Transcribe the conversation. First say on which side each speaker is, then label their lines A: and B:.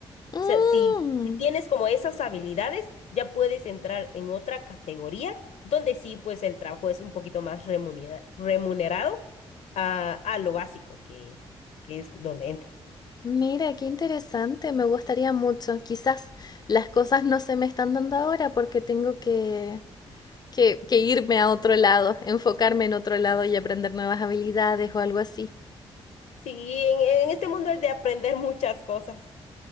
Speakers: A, on the left; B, on the left.
A: Mm,
B: O sea, si, si tienes como esas habilidades, ya puedes entrar en otra categoría donde sí, pues el trabajo es un poquito más remunera- remunerado a, a lo básico que, que es donde entra.
A: mira, qué interesante. Me gustaría mucho. Quizás las cosas no se me están dando ahora porque tengo que, que, que irme a otro lado, enfocarme en otro lado y aprender nuevas habilidades o algo así.
B: Sí, en, en este mundo es de aprender <laughs> muchas cosas.